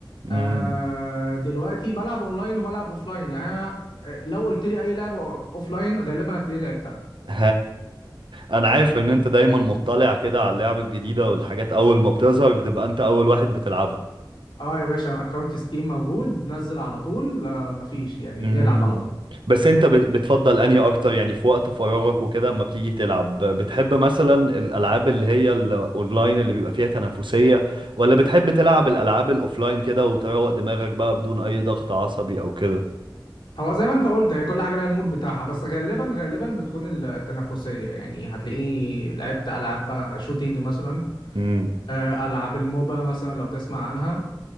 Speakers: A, on the left (about 85°); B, on the right (about 80°).
A: آه
B: امم
A: دلوقتي بلعب اونلاين وبلعب اوفلاين يعني انا آه، لو قلت لي اي لعبه اوفلاين غالبا هتلاقيه لعبتها
B: <laughs> انا عارف ان انت دايما مطلع كده على اللعب الجديدة والحاجات اول ما بتظهر بتبقى انت اول واحد بتلعبها
A: اه يا باشا اكونت ستيم موجود نزل على طول آه مفيش يعني
B: امم
A: بنلعب على طول
B: بس انت بت- بتفضل انهي اكتر يعني في وقت فراغك وكده اما بتيجي تلعب بتحب مثلا الالعاب اللي هي الاونلاين اللي بيبقى فيها تنافسية ولا بتحب تلعب الالعاب الاوفلاين كده وتروق دماغك بقى بدون اي ضغط عصبي او كده
A: هو زي ما انت قلت هي كل حاجه لها المود بتاعها بس غالبا غالبا بتكون التنافسيه يعني هتلاقيني لعبت العاب شوتينج مثلا
B: امم
A: آه، العاب الموبا مثلا لو تسمع عنها